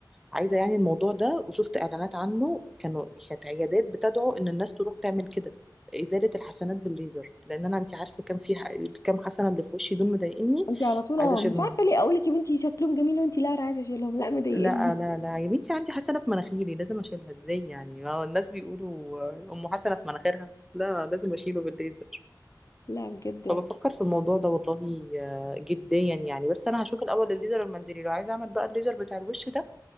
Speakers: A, in the centre; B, on the left.
A: عايزة يعني الموضوع ده وشفت اعلانات عنه كانوا كانت عيادات بتدعو ان الناس تروح تعمل كده ازالة الحسنات بالليزر لان انا انت عارفة كان في ح- كام حسنة اللي في وشي دول مضايقني
B: انت على طول
A: عايزة
B: اه
A: اشيلهم
B: مش عارفه ليه اقول لك يا بنتي شكلهم جميل وانت لا انا عايزه اشيلهم لا مضايقني
A: لا لا لا يا بنتي عندي حسنة في مناخيري لازم اشيلها ازاي يعني ما هو الناس بيقولوا آه، ام حسنة في مناخيرها لا لازم اشيله بالليزر
B: لا بجد
A: فبفكر في الموضوع ده والله آه، جديا يعني بس انا هشوف الاول الليزر المنزلي لو عايزه اعمل بقى الليزر بتاع الوش ده